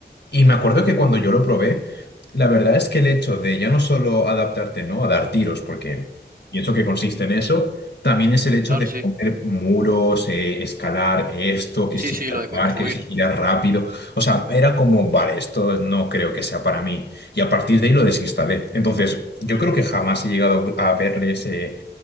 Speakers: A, on the left; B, on the right.
A: Y me acuerdo que cuando yo lo probé, la verdad es que el hecho de ya no solo adaptarte, ¿no? A dar tiros, porque pienso que consiste en eso, también es el hecho
B: Claro,
A: de
B: sí.
A: poner muros, eh, escalar esto, que
B: Sí,
A: si
B: sí,
A: saltar,
B: lo de construir.
A: que si girar rápido. O sea, era como, vale, esto no creo que sea para mí. Y a partir de ahí lo desinstalé. Entonces, yo creo que jamás he llegado a verle ese